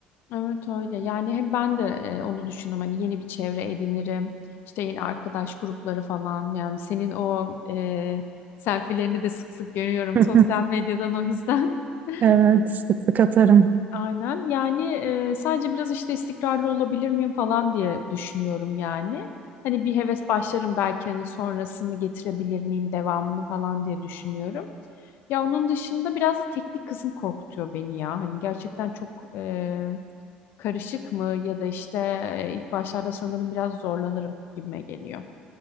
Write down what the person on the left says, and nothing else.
Evet öyle. Yani hem ben de e, onu düşündüm. Hani yeni bir çevre edinirim. İşte yeni arkadaş grupları falan. Yani senin o e, selfielerini de sık sık görüyorum
sosyal medyadan o yüzden. <laughs>
Aynen. Yani e, sadece biraz işte istikrarlı olabilir miyim falan diye düşünüyorum yani. Hani bir heves başlarım belki hani sonrasını getirebilir miyim devamını falan diye düşünüyorum. Ya onun dışında biraz da teknik kısım korkutuyor beni ya. Hani gerçekten çok e, karışık mı ya da işte e, ilk başlarda sanırım biraz zorlanırım gibime geliyor.